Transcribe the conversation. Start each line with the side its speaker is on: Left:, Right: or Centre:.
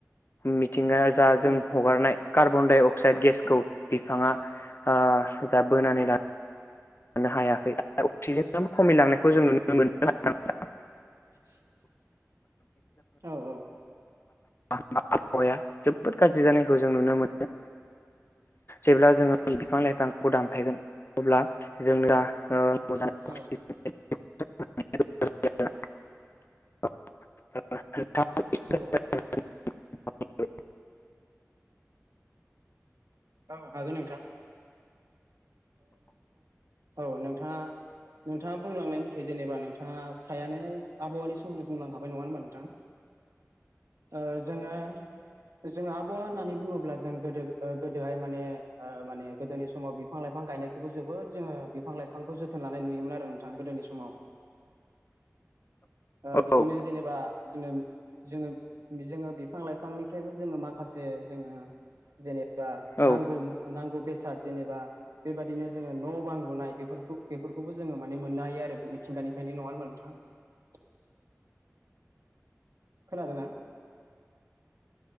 Left: मिथिंगाया जा
Right: उम
Left: जों हगारनाय कार्ब बनडाइ अक्साइड गेसखौ बिफाङा ओ जा बोनानै लाानो लानो हायाखै आरो अक्सिजेनाबो खमायलांनायखौ
Right: औ औ
Left: जों नुनो मोनदों आरोना नोंथां
Right: <unintelligible> औ औ
Left: आबहावाया जोबोद गाज्रि जानायखौ जों नुनो मोनो जेब्ला जोङो बिफां लाइफांखौ दानफायगोन अब्ला जोंना ओ नांगौ जानाय अक्सिजेन
Right: औ
Left: <inaudible> <unintelligible>
Right: औ
Left: <unintelligible>
Right: औ हागोन नोंथां ओ नोंथाङा औ नोंथाङा नोंथाङा बुंलांनाय मथे जेनेबा नोंथाङा फ्रायानो आबहावानि सोमोन्दै बुंलांखाबाय नङा होनबा नोंथां ओ जोङो जोङो आबहावा होननानै बुङोब्ला जों गोदो गोदोहाय माने ओ माने गोदोनि समाव बिफां लाइफां गायनायखौबो जोबोद जोङो बिफां लाइफांखौ जोथोन लानाय नुयोमोन आरो नोंथां गोदोनि समाव ओ
Left: औ
Right: बिदिनो जेनेबा जोङो जोङो जोङो बिफां लाइफांनिफ्रायबो जोङो माखासे जोङो जेनेबा बा
Left: औ
Right: नांगौ नांगौ बेसाद जेनेबा बेबायदिनो जोङो न' बां लुनाय बेफोरखौ बेफोरखौबो जोङो माने मोननो हायो आरो मिथिंगानिफ्रायनो नङा होमबा नोंथां <unintelligible> खोनादोंना?